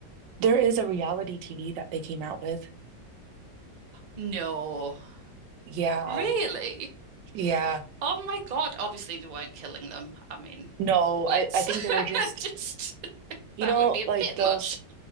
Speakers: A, on the right; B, on the right.
A: there is a reality TV that they came out with.
B: no,
A: Yeah.
B: really?
A: Yeah.
B: Oh my God! Obviously, they weren't killing them. I mean,
A: No,
B: let's
A: I, I think they were just,
B: <laughs> just
A: you
B: that
A: know,
B: would be a
A: like
B: bit
A: those,
B: much.